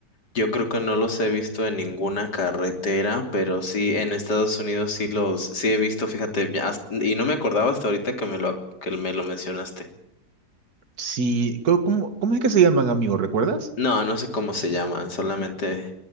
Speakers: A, on the left; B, on the right.
A: yo creo que no los he visto en ninguna carretera, pero sí en Estados Unidos sí los, sí he visto, fíjate, ya hasta- y no me acordaba hasta ahorita que me lo, que me lo mencionaste.
B: sí, co- ¿cómo, cómo es que se llaman, amigo? ¿Recuerdas?
A: No, no sé cómo se llaman, solamente,